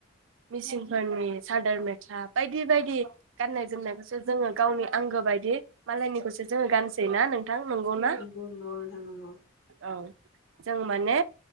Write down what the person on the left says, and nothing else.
नंगौ नंगौ नोंथां नंगौ